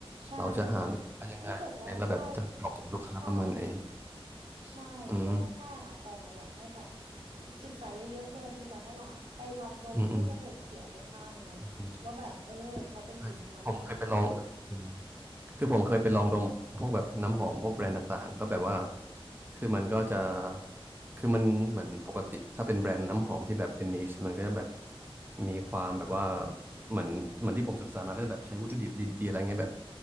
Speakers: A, on the right (about 80°); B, on the right (about 20°).
A: ใช่
B: เราจะหาลูกค้ายังไง
A: ถ้าเกิดว่าใช่
B: แล้วแบบจะเจาะกลุ่มลูกค้าประมาณไหน
A: ใช่ ใช่ช่วงแรกๆอะตองอะอยากให้แบบ
B: อืม
A: ศึกษาเยอะๆเลยศึกษาตลาดไปลองดมให้จมูกเสียไปข้างหนึ่งเลยว่าแบบเออเขาเป็นกลิ่นประมาณนี้นะไปศึก
B: อืมอืมอืมใช่ผมเคยไปลองเอออืม คือผมเคยไปลองดมพวกแบบน้ำหอมพวกแบรนด์ต่างๆก็แบบว่าคือมันก็จะคือมันเหมือนปกติถ้าเป็นแบรนด์น้ำหอมที่แบบเป็นนิชมันก็จะแบบมีความแบบว่าเหมือนเหมือนที่ผมศึกษามาก็จะแบบใช้วัตถุดิบดีๆอะไรเงี้ยแบบ